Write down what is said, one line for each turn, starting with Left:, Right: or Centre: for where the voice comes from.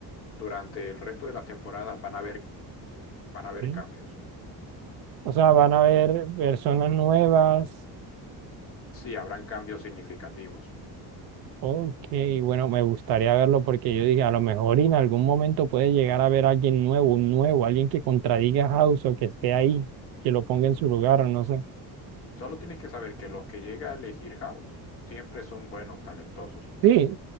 Left: durante el resto de las temporadas van a haber, van a haber
Right: sí.
Left: cambios.
Right: O sea, van a haber personas nuevas.
Left: Sí, habrán cambios significativos.
Right: Ok, bueno, me gustaría verlo porque yo dije, a lo mejor y en algún momento puede llegar a ver a alguien nuevo, un nuevo, alguien que contradiga a House o que esté ahí, que lo ponga en su lugar o no sé.
Left: Solo tienes que saber que los que llega a elegir House siempre son buenos, talentosos.
Right: Sí,